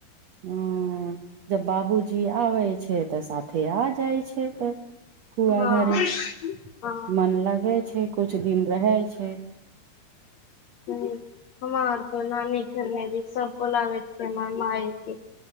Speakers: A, on the right; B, on the left.
A: हु जब बाबूजी आबै छै तऽ साथे आ जाइ छै तऽ फुआ
B: हँ
A: घरे <inaudible>
B: हँ
A: मन लगे छै कुछ दिन रहे छै
B: हु हमर तऽ नानी घर में भी सब बोलबै छै हमर माई केँ